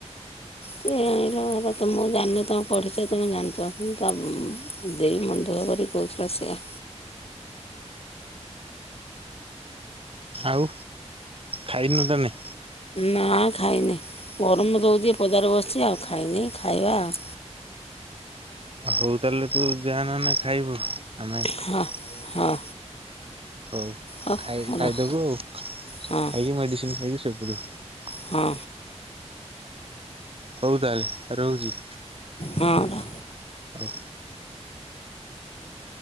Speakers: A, on the left (about 60°); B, on the right (about 55°).
A: କେ ଜାଣିଲୋ ମା ହେରା ତମ ମୁଁ ଜାନି ତମେ ପଢ଼ିଛ ତମେ ଜାଣିଚ ଉଁ ତା ଉଁ ଉଁ ତା ଦେଇ ମନ ଦୁଃଖ ଖ କରି କହୁଥିଲା ସେୟା।
B: ଆଉ ଖାଇନୁ ତାନେ?
A: ନା ଖାଇନି ଗରମ ତ ହୋଉଚି ପଦାରେ ବସିଚି ଆଉ ଖାଇନେଇ ଖାଇବା ଆଉ।
B: ଆ ହଉ ତାହେଲେ ତୁ ଯା ନହଲେ ଖାଇବୁ ଆମେ
A: ହଁ ହଁ।
B: ହଉ
A: ହଁ
B: ଖାଇ
A: ହଁ
B: ଖାଇଦବୁ
A: ରହ
B: ଖାଇକି
A: ହଁ
B: ମେଡିସିନ ଖାଇକି ଶୋଇ ପଡ଼ିବୁ।
A: ହଁ।
B: ହଉ ତାହେଲେ ରହୁଚି।
A: ହୁଁ।
B: ହଉ।